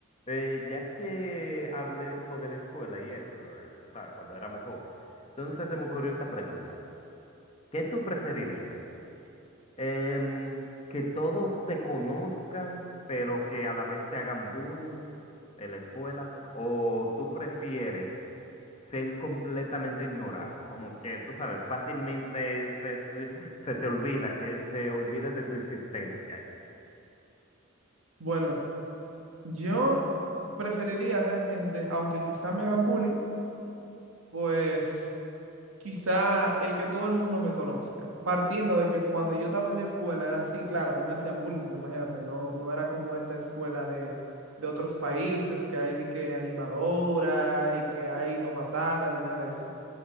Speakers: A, on the left (about 30°); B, on the right (about 85°).
A: Eh, ya que hablé como de la escuela y eso, eh, tú sabes, cuando éramos jóvenes, entonces se me ocurrió esta pregunta. ¿Qué tú preferirías? Em, ¿que todos te conozcan, pero que a la vez te hagan bullying en la escuela? ¿O tú prefieres ser completamente ignorado, como que tú sabes, fácilmente se, se- se te olvida, que se olvide de tu existencia. ahí.
B: Bueno, yo preferiría realmente, aunque quizá me hagan bullying, Pues quizá el que todo el mundo me conozca, partiendo de que cuando yo estaba en la escuela era así, claro, no me hacían bullying, porque imagínate, no, no era como esta escuela de, de otros países que hay de que animadora y que hay novatada ni nada de eso.